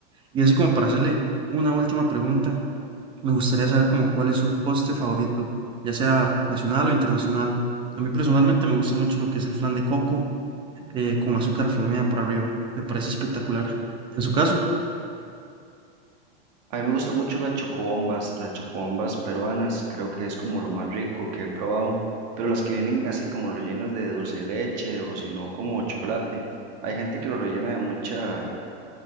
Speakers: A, on the right (about 15°); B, on the right (about 45°).
A: Y así como para hacerle una última pregunta, me gustaría saber como cuál es su postre favorito, ya sea nacional o internacional. A mí personalmente me gusta mucho lo que es el flan de coco eh, con azúcar flameada por arriba. Me parece espectacular. En su caso,
B: A mí me gustan mucho las chocobombas, las chocobombas peruanas, creo que es como lo más rico que he probado, pero las que vienen así como rellenas de dulce de leche o si no como chocolate. Hay gente que lo rellena de mucha,